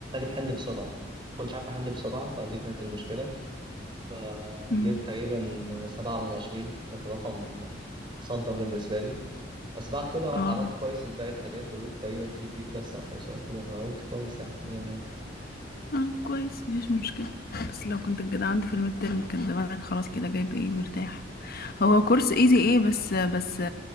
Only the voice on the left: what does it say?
امم
اه
اه كويس مفيش مشكلة بس لو كنت الجدع عندي في الميد ترم كان زمانك خلاص كده جايب ايه مرتاح هو كورس ايزي ايه بس بس